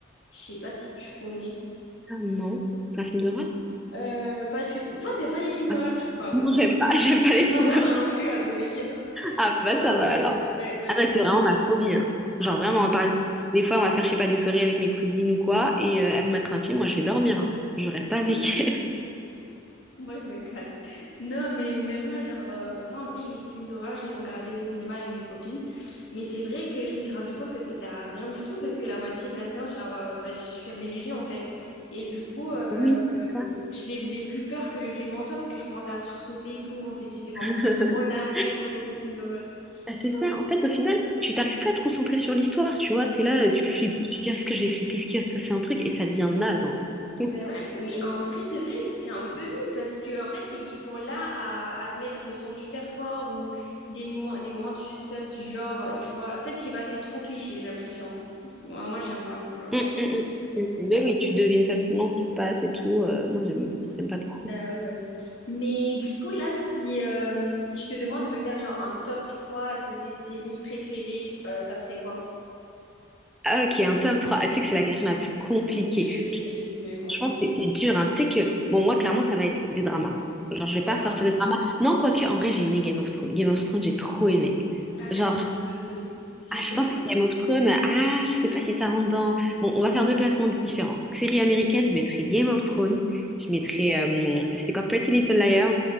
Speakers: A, on the left (about 65°); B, in the centre.
A: Je sais pas si tu connais.
B: ça, non. C'est un film d'horreur?
A: Euh, pas du tout. Toi, t'aimes pas les films d'horreur,
B: Ah,
A: je crois,
B: Non,
A: aussi.
B: j'aime pas. <laughs> J'aime pas les
A: T'aimes
B: films
A: pas? Ouais,
B: d'horreur.
A: moi non plus, hein, donc t'inquiète. hein.
B: Ah bah
A: Genre,
B: ça va
A: euh,
B: alors.
A: ouais, non, les
B: Ah non,
A: films
B: c'est vraiment
A: d'horreur.
B: ma phobie. hein.
A: Ah,
B: Genre
A: pareil.
B: vraiment, par exemple, des fois on va faire, je sais pas, des soirées avec mes cousines ou quoi, et euh, elles
A: Ouais.
B: vont mettre un film, moi je vais dormir. hein. Je reste pas avec
A: Ah, mais
B: elles. <laughs>
A: Moi, je me casse. Non, mais même moi, genre, euh, moi, en vrai, les films d'horreur, je les regardais au cinéma avec mes copines. Mais c'est vrai que je me suis rendu compte que ça sert à rien du tout parce que la moitié de la séance, je leur, euh, bah, je fermais les yeux, en fait. Et du coup, euh,
B: Oui, c'est
A: euh,
B: ça.
A: je les faisais plus peur que le film en soi parce que je commençais à sursauter et tout. On s'est dit, c'est bon,
B: <laughs>
A: on arrête, en fait, les films d'horreur.
B: Ah,
A: Je trouve.
B: C'est ça. En fait, au final,
A: euh,
B: tu t'arrives plus à te concentrer sur l'histoire, tu vois. T'es là,
A: bah,
B: euh, tu flippes, tu te dis, est-ce que je vais flipper, est-ce qu'il va se passer un truc, et ça devient naze. hein.
A: Ben
B: <laughs>
A: ouais, mais en vrai, de vrai, c'est un peu nul parce que en fait, ils sont là à, à te mettre le son super fort ou des moments, des moments de suspense, genre, euh, tu vois. En fait, je sais pas, c'est trop cliché, j'ai l'impression. Moi, moi, j'aime pas. genre,
B: Hum,
A: euh,
B: hum, hum. Mais oui, tu devines facilement ce qui se passe et tout. Euh, moi, j'aime j'aime pas trop.
A: Bah oui, bah oui. Mais du coup, là, si, euh, si je te demande de me faire genre un top 3 de tes séries préférées, euh, ça serait quoi?
B: Ah, Ok, un top 3. Ah, tu sais que c'est la question la plus compliquée.
A: Je sais,
B: Tu-
A: je sais, mais bon.
B: Franchement, c'est c'est dur. Hein. Tu sais que, bon, moi, clairement, ça va être des dramas. Genre, je vais pas
A: D'accord.
B: sortir des dramas. Non, quoique, en vrai, j'ai aimé Game of Thrones. Game of Thrones, j'ai trop aimé.
A: Ah,
B: Genre,
A: j'ai pas regardé. C'est
B: ah,
A: bien?
B: je pense que Game of Thrones, ah, je sais pas si ça rentre dans. Bon, on va faire deux classements différents. Série américaine, je mettrai Game of Thrones. Je mettrai. euh, c'était quoi? Pretty Little Liars.